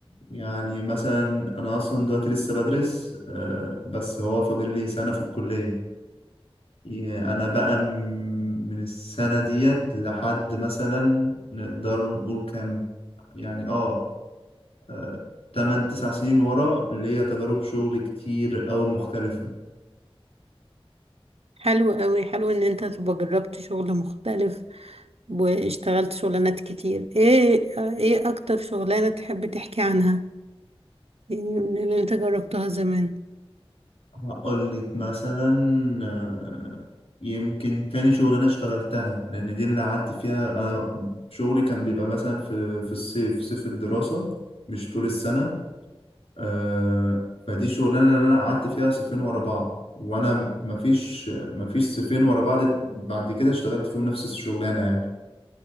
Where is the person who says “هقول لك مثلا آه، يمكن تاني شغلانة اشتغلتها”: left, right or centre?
Left